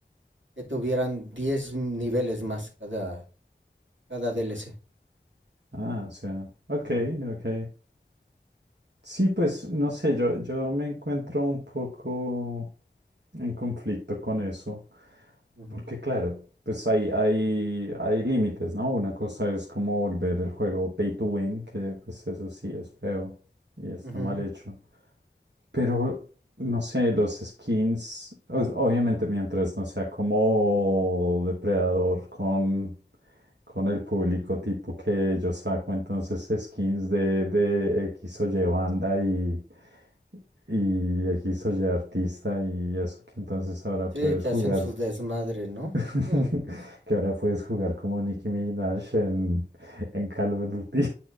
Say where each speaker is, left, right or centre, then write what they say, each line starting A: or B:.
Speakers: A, on the right (about 85°); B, on the right (about 65°).
A: que tuvieran 10 niveles más cada, cada DLC.
B: Ah, o sea, ok,
A: Ujú,
B: ok. Sí, pues no sé, yo, yo me encuentro un poco en conflicto con eso,
A: ujú,
B: porque claro, pues hay, hay, hay límites, ¿no? Una cosa es como volver el juego pay to win, que pues eso sí es feo y está
A: ujú.
B: mal hecho. Pero, no sé, los skins, o- obviamente mientras no sea como depredador con, con el público tipo que yo saco, entonces skins de, de X o Y banda y, y X o Y artista y eso que entonces ahora puedes
A: Sí, que
B: jugar,
A: hacen su desmadre, ¿no?
B: <laughs>
A: Mm.
B: que ahora puedes jugar como Nicki Minaj en, en Call of Duty.